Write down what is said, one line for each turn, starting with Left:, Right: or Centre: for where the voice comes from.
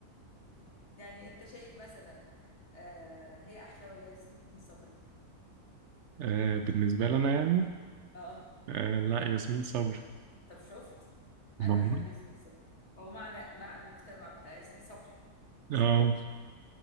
Left: يعني انت شايف مثلا آه هي احلى ولا ياسمين صبري
Right: آه بالنسبة لنا يعني
Left: اه
Right: آه لا ياسمين صبري
Left: طب شفت
Right: <laughs>
Left: انا
Right: موجود
Left: بحب ياسمين صبري او معنى مع المجتمع بتاع ياسمين صبري
Right: اه